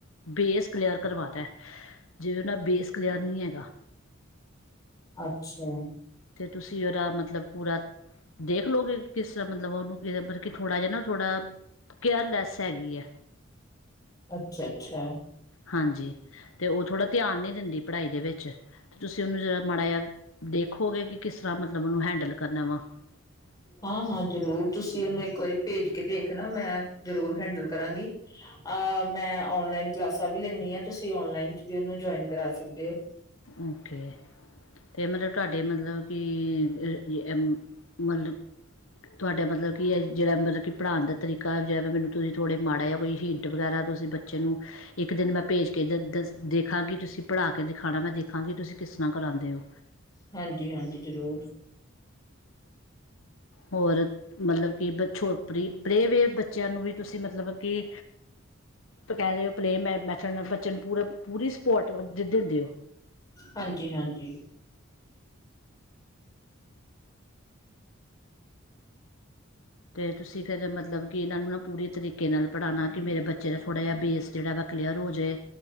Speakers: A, on the left; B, on the left.
A: ਬੇਸ ਕਲਿਅਰ ਕਰਵਾਨੈ। ਜਿਵੇ ਓਂਦਾ ਬੇਸ ਕਲੀਅਰ ਨੀ ਐਗਾ।
B: ਅੱਛਾ।
A: ਤੇ ਤੁਸੀ ਓਦਾ ਮਤਲਬ ਪੂਰਾ ਦੇਖ ਲੋਗੇ ਕਿਸ ਤਰਾ ਮਤਲਬ ਓਨੂੰ ਮਤਲਬ ਕਿ ਥੋੜਾ ਜਾ ਨਾ ਥੋੜਾ ਕੇਅਰਲੈਸ ਐਗੀ ਐ।
B: ਅੱਛਾ-ਅੱਛਾ।
A: ਹਾਂਜੀ, ਤੇ ਉਹ ਥੋੜ੍ਹਾ ਧਿਆਨ ਨਹੀਂ ਦਿੰਦੀ ਪੜ੍ਹਾਈ ਦੇ ਵਿੱਚ। ਤੁਸੀਂ ਉਹਨੂੰ ਜਿਹੜਾ ਮਾੜਾ ਜਿਹਾ ਦੇਖੋਗੇ, ਕਿ ਕਿਸ ਤਰ੍ਹਾਂ ਮਤਲਬ ਉਹਨੂੰ ਹੈਂਡਲ ਕਰਨਾ ਵਾ। <inaudible>
B: ਹਾਂ-ਹਾਂ ਜ਼ਰੂਰ, ਤੁਸੀਂ ਉਹਨੂੰ ਇੱਕ ਵਾਰੀ ਭੇਜ ਕੇ ਦੇਖਨਾ, ਮੈਂ ਜ਼ਰੂਰ ਹੈਂਡਲ ਕਰਾਂਗੀ। ਅਹ, ਮੈਂ ਓਨਲਾਈਨ ਕਲਾਸਾਂ ਵੀ ਲੈਂਨੀ ਆਂ, ਤੁਸੀਂ ਓਨਲਾਈਨ ਚ ਵੀ ਉਹਨੂੰ ਜੁਆਇਨ ਕਰਾ ਸਕਦੇ ੳ।
A: ਓਕੇ। ਫਿਰ ਮਤਲਬ ਤੁਹਾਡੇ ਮਤਲਬ ਕਿ ਏ ਈ ਮਤਲਬ ਤੁਹਾਡਾ ਮਤਲਬ ਕਿ ਏ ਜਿਹੜਾ ਮਤਲਬ ਕਿ ਪੜ੍ਹਾਨ ਦਾ ਤਰੀਕਾ ਜੈ ਤੇ ਮੈਨੂੰ ਤੁਸੀਂ ਥੋੜਾ ਮਾੜਾ ਜਿਆ ਕੋਈ ਹਿੰਟ ਵਗੈਰਾ ਤੁਸੀਂ ਬੱਚੇ ਨੂੰ ਇੱਕ ਦਿਨ ਮੈਂ ਭੇਜ ਕੇ ਦੇਖਾਂਗੀ ਤੁਸੀਂ ਪੜ੍ਹਾ ਕੇ ਖਾਣਾ ਮੈਂ ਦੇਖਾਂਗੀ, ਤੁਸੀਂ ਕਿਸ ਤਰ੍ਹਾਂ ਕਰਾਉਂਦੇ ਹੋ?
B: ਹਾਂਜੀ-ਹਾਂਜੀ ਜ਼ਰੂਰ।
A: ਹੋਰ ਮਤਲਬ ਕਿ ਬ ਛੋਟ ਪਲੇਵੇ ਬੱਚਿਆਂ ਨੂੰ ਵੀ ਤੁਸੀਂ ਮਤਲਬ ਕਿ ਕਹਿੰਦੇ ਪਲੇਵੈ ਮੈ ਮੈਥਡ ਨਾਲ ਬੱਚਨ ਨੂੰ ਪੂਰ-ਪੂਰੀ ਸਪੋਰਟ ਦੇ ਦਿੰਦੇ ਹੋ?
B: ਹਾਂਜੀ-ਹਾਂਜੀ।
A: ਅਤੇ ਤੁਸੀਂ ਫਿਰ ਮਤਲਬ ਕਿ ਇਹਨਾਂ ਨੂੰ ਨਾ ਪੂਰੀ ਤਰੀਕੇ ਨਾਲ ਪੜ੍ਹਾਉਣਾ ਕਿ ਮੇਰੇ ਬੱਚੇ ਦਾ ਥੋੜ੍ਹਾ ਜਿਹਾ ਬੇਸ ਜਿਹੜਾ ਨਾ ਕਲੀਅਰ ਹੋ ਜਾਵੇ